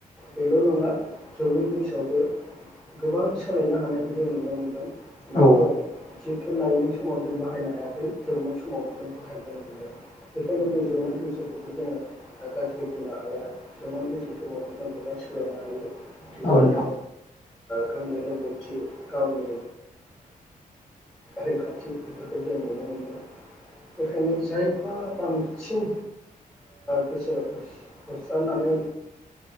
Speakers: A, in the centre; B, on the left.
A: बेल' नङा जौमोन बैसोआवबो गोबां सोलायनो हानायखौ जों नुनो मोन्दों नंगौ
B: औ
A: जिथु लाइमोन समाव जों बाहायनो हायाखै जौमोन समावबो जों बाहायबोनो मोनदों बेखायनो जों जौमोन बैसोखौबो जोङो गाज्रि बुंनो हाया जौमोन बैसो समावबो जों गोबां सोलायनो हायो बिदिनो
B: औ नोंथां
A: गावनि रोंगौथि गावनि रैखाथि बेफोरखौ जों नुनो मोनदों बेखायनो जायफा आं सिम गोसो होसारनानै